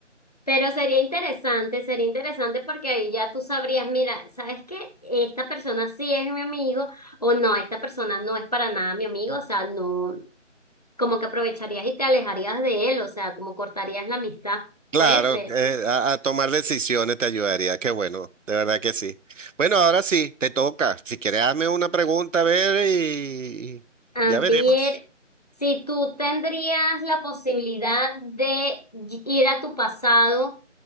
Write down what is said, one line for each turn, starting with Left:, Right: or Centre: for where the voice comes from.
Left: pero sería interesante, sería interesante porque ahí ya tú sabrías, mira, ¿sabes qué? Esta persona sí es mi amigo o no, esta persona no es para nada mi amigo, o sea, no, como que aprovecharías y te alejarías de él, o sea, como cortarías la amistad,
Right: claro,
Left: puede ser.
Right: eh, a, a tomar decisiones te ayudaría. Qué bueno, de verdad que sí. Bueno, ahora sí, te toca. Si quieres, hazme una pregunta, a ver, y
Left: A
Right: y ya veremos.
Left: ver, si tú tendrías la posibilidad de y- ir a tu pasado